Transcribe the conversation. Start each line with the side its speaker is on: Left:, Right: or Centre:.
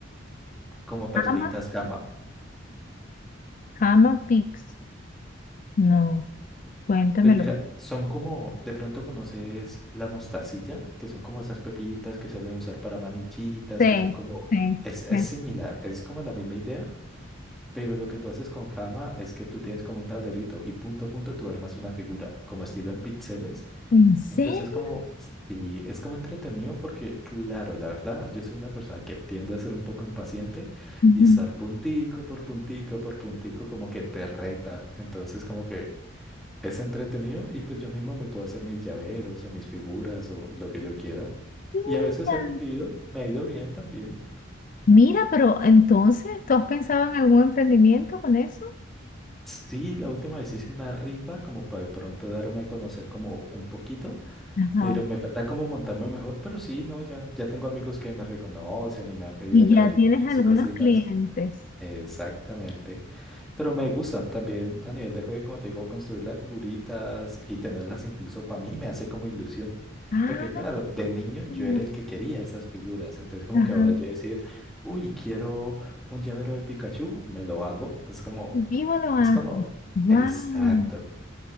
Centre: Como perlitas
Left: Ama,
Centre: Hama.
Left: ama Pix. No, cuéntamelo.
Centre: Pues mira, son como, de pronto conoces la mostacilla, que son como esas pepitas que suelen usar para manillitas,
Left: Sí,
Centre: que son como,
Left: sí,
Centre: es,
Left: sí.
Centre: es similar, es como la misma idea, pero lo que tú haces con Jama es que tú tienes como un tablerito y punto a punto tú armas una figura, como estilo en píxeles.
Left: ¿En serio?
Centre: Entonces es como, sí, es como entretenido porque, claro, la verdad, yo soy una persona que tiende a ser un poco impaciente
Left: Ujú.
Centre: y estar puntico por puntico por puntico como que te reta. Entonces como que... Es entretenido y pues yo mismo me puedo hacer mis llaveros o mis figuras o lo que yo quiera.
Left: Mira,
Centre: Y a veces he vendido, me ha ido bien también.
Left: Mira, pero entonces, ¿tú has pensado en algún emprendimiento con eso?
Centre: Sí, la última vez hice una rifa como para de pronto darme a conocer como un poquito,
Left: Ajá.
Centre: pero me falta como montarme mejor, pero sí, no, ya, ya tengo amigos que me reconocen y me han pedido
Left: Y
Centre: llaveritos
Left: ya tienes algunos
Centre: y cositas.
Left: clientes.
Centre: Exactamente. Pero me gusta también a nivel de hobby, como te digo, construir las figuritas y tenerlas incluso para mí me hace como ilusión.
Left: Ah,
Centre: Porque claro, de niño yo
Left: mira.
Centre: era el que quería esas figuras. Entonces como
Left: ajá.
Centre: que ahora yo decir, uy, quiero un llavero de Pikachu, me lo hago. Es como,
Left: Vivo lo hace.
Centre: es como,
Left: Guau.
Centre: exacto.